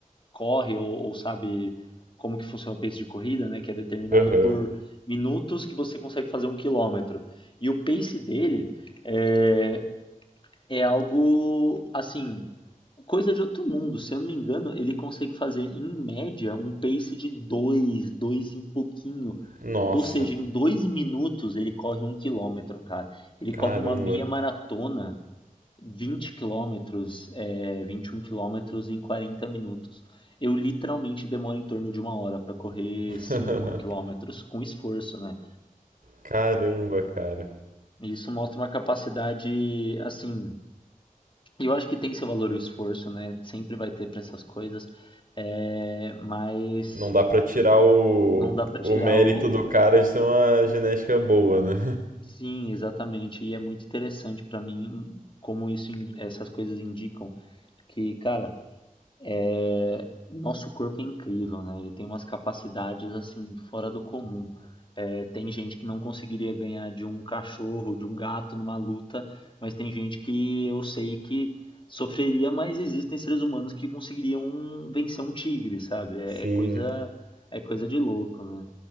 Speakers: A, on the left; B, on the right.
A: corre ou, ou sabe como que funciona o pace de corrida, né? Que é determinado
B: Aham.
A: por minutos que você consegue fazer um quilômetro. E o pace dele é, é algo assim, coisa de outro mundo. Se eu não me engano, ele consegue fazer em média um pace de dois, dois e pouquinho.
B: Nossa.
A: Ou seja, em dois minutos ele corre um quilômetro, cara. Ele
B: Caramba.
A: corre uma meia maratona 20 quilômetros, é, 21 quilômetros em 40 minutos. Eu literalmente demoro em torno de uma hora para correr 5
B: <laughs>
A: quilômetros com esforço, né?
B: Caramba, cara.
A: E Isso mostra uma capacidade, assim, eu acho que tem seu valor o esforço, né? Sempre vai ter para essas coisas, é, mas
B: Não dá pra tirar o,
A: não dá para
B: o
A: tirar
B: mérito
A: o.
B: do cara
A: o-
B: de ter uma genética boa, né?
A: Sim, exatamente. E é muito interessante para mim como isso, in- essas coisas indicam que, cara É, nosso corpo é incrível, né? Ele tem umas capacidades assim fora do comum. É, tem gente que não conseguiria ganhar de um cachorro, de um gato numa luta, mas tem gente que eu sei que sofreria, mas existem seres humanos que conseguiriam vencer um tigre, sabe? É,
B: <laughs> Sim.
A: é coisa, é coisa de louco, né?